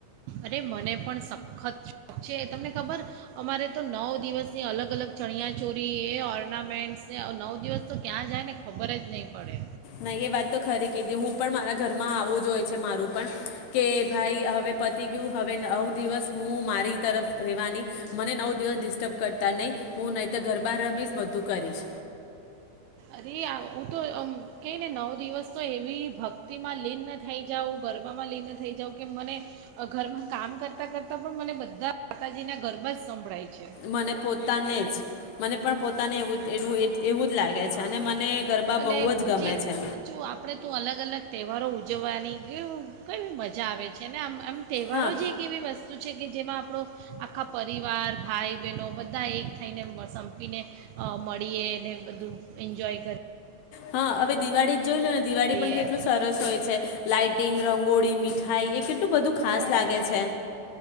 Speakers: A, on the right (about 85°); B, on the left (about 75°).
A: અરે મને પણ સખત છે, તમને ખબર અમારે તો નવ દિવસની અલગ અલગ ચણિયા ચોરી એ ઓર્નામેન્ટસ નવ દિવસ તો ક્યાં જાય ને ને ખબર જ નહીં પડે.
B: નહી એ વાત તો ખરી કીધી હું પણ મારા ઘરમાં આવું જ હોય છે મારું પણ કે ભાઈ હવે પતી ગયું હવે નવ દિવસ હું મારી તરફ રહેવાની. મને નવ દિવસ ડિસ્ટર્બ કરતા નહી હું નહી તો ઘર બાર રમીશ બધું કરીશ.
A: અરે આ હું તો કેઈ ને નવ દિવસ તો એવી ભક્તિમાં લીનન થઈ જાઉં ગરબામાં લીન થઈ જાઉં કે મને ઘરમાં કામ કરતા કરતાં પણ મને બધા માતાજીના ગરબા જ સંભળાય. છે
B: મને પોતાને જ મને પણ પોતાને એવું એનું એ એવું જ લાગે
A: હા
B: છે અને મને ગરબા
A: અને
B: બહુ જ
A: પછી
B: ગમે છે
A: જો આપણેે તો અલગ અલગ તહેવારો ઉજ જવાની કેઉ કવી મજા આવે છે ને આમ. આમ તહેવારો
B: હા
A: જ એક એવી વસ્તુ છે કે જેમાં આપણો આખા પરિવાર ભાઈ બહેનો બધા એક થઈને સંપીને અ મળીએ એને બધું એન્જોય કરે.
B: હા હવે દિવાળી જોઈ લો ને દિવાળી
A: કરીએ
B: પણ કેટલું સરસ હોય છે લાાઈટિંગ ર ગોળી મીઠાઈ એ કેટલું બધું ખાસ લાગે છે.